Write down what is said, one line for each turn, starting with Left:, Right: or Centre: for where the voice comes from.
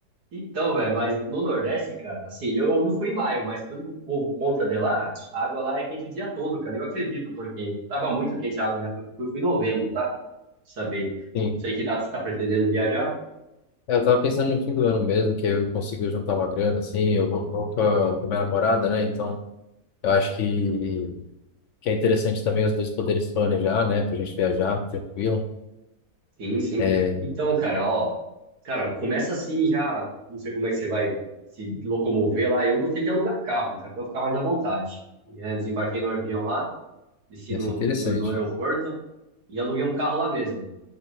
Right: então, velho, mas no Nordeste, cara, assim, eu não fui em maio, mas pelo que o povo conta de lá, a água lá é quente o dia todo, cara. Eu acredito, porque tava muito quente a água na época que eu fui. Eu fui em novembro, tá? Pra Saber.
Left: Sim.
Right: Não sei que data você tá pretendendo viajar.
Left: É, Eu tava pensando no fim do ano mesmo, que eu consigo juntar uma grana, assim, eu vou, vou com
Right: Top.
Left: a, com a minha namorada, né? Então, eu acho que que é interessante também os dois poderem se planejar, né? Pra gente viajar tranquilo.
Right: Sim, sim.
Left: É,
Right: Então, cara, ó, cara, começa assim já. Não sei como é que você vai se locomover lá. Eu gostei de alugar carro, cara, pra eu ficar mais à vontade. E, é, desembarquei no avião lá, desci
Left: vai
Right: no,
Left: ser interessante.
Right: no no aeroporto e aluguei um carro lá mesmo.